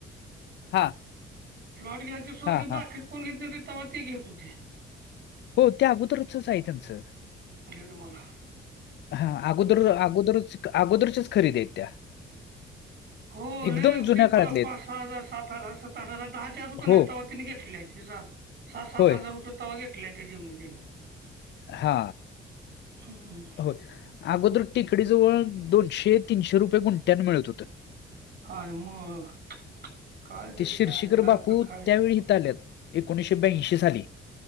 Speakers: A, on the left; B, on the right.
A: हा
B: फ्लॉट घ्यायची सोयी
A: हा हा
B: बाकी कोण घेत नव्हत तवा ते घेत होते.
A: हो ते अगोदरचच हाय त्यांचं
B: म्हटले होते मला
A: हा अगोदर अगोदरच अगोदरच्याच खरेदी आहेत त्या
B: हो
A: एकदम
B: लय
A: जुन्या
B: ती
A: काळातले
B: पा
A: आहेत.
B: पाचसहा हजार सात हजार सत आठ हजार दहाच्या आता होत्या नय
A: हो,
B: तवा त्यांनी घेतलेल्या आहेत हे जा सहा सात
A: होय.
B: हजार होते तवा घेतल्या त्या जिमीनी त्यांनी
A: हा
B: हम्म.
A: हो अगोदर टेकडी जवळ दोनशे तीनशे रुपये गुंट्यांना मिळत होत.
B: आणि मग काय त्याची
A: ते शिर्षीकर
B: आयला आता
A: बापू
B: काय
A: त्यावेेळी इथं आल्यात एकोणीसशे ब्याऐंशी साली